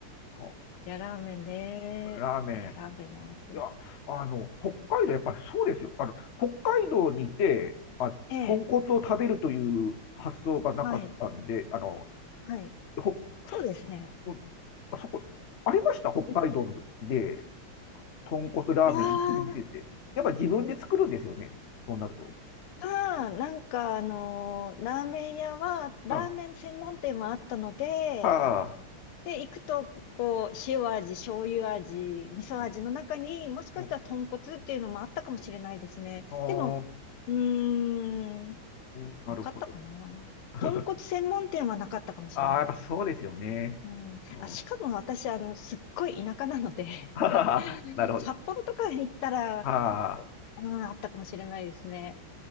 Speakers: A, on the left (about 50°); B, on the left (about 85°).
A: うん
B: や、ラーメンね。
A: ラーメン、
B: いや、ラーメンも美味しい。
A: いや、あの、北海道、やっぱりそうですよ。あの、北海道にいて、あ、
B: ええ、
A: 豚骨を食べるという発想がなかったんで、
B: はい、
A: あの、
B: はい。
A: ほ、
B: そうですね。
A: うんそこ、ありました北海道ので、
B: うん。
A: 豚骨ラーメン売ってる店って。
B: いやー、
A: やっぱ自分で作るんですよね。そうなると。
B: あー、なんかあのーラーメン屋は、ラーメン専門店もあったので、
A: うん。はあ。
B: で、行くと、こう、塩味、醤油味、味噌味の中に、
A: うん
B: もしかしたら豚骨っていうのもあったかもしれないですね。
A: うんおー
B: でも、うーん、
A: うんなるほど。
B: なかったかな。
A: <laughs>
B: 豚骨専門店はなかったかもしれないです。
A: ああ、やっぱそうですよね。
B: うん。
A: うん。<laughs>
B: あ、しかも私、
A: は
B: あの、すっごい田舎なので
A: ははなるほど。
B: <laughs> 札幌とかに行ったら、
A: ああ、
B: おうん、あったかもしれないですね。